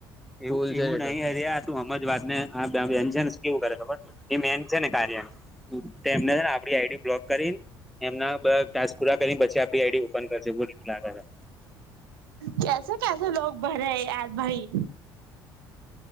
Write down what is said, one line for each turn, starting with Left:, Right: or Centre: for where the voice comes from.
Centre: એ નહી અરે આ તું હમ જ વાત ને આ બેન છે ને શ કેવું કરે ખબર એ મેમ છે ને કાર્યમાં એમને આપડી આઈડી બ્લોક કરી એમના ટાસ્ક પૂરા કરીને પછી આપડી આઈડી ઓપન કરશે બોલ મને આવું લાગે છે
Right: કેસે કેસે લોગ ભરે હૈ યાર ભાઈ